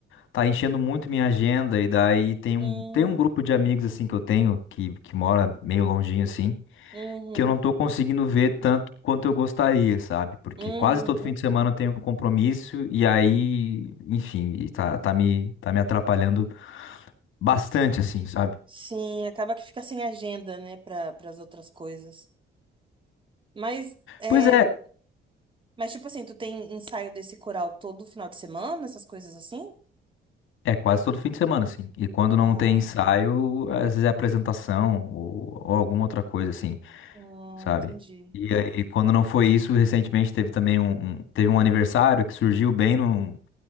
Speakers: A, on the left (about 80°); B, on the right (about 25°).
A: tá enchendo muito minha agenda, e daí tem um,
B: Hum,
A: tem um grupo de amigos, assim, que eu tenho, que, que mora meio longinho, assim,
B: uhum,
A: que eu não tô conseguindo ver tanto quanto eu gostaria, sabe? Porque
B: uhum.
A: quase todo fim de semana eu tenho um compromisso e aí, enfim, e tá, tá me, tá me atrapalhando bastante, assim, sabe?
B: Sim, acaba que fica sem agenda, né, para as outras coisas. Mas, é,
A: Pois é,
B: mas, tipo assim, tu tem ensaio desse coral todo final de semana, essas coisas assim?
A: é quase todo fim de semana, assim. E quando não
B: Ah,
A: tem ensaio, às vezes é apresentação ou, ou alguma outra coisa, assim,
B: hum,
A: sabe?
B: entendi.
A: E aí, quando não foi isso, recentemente teve também um, um- teve um aniversário que surgiu bem no,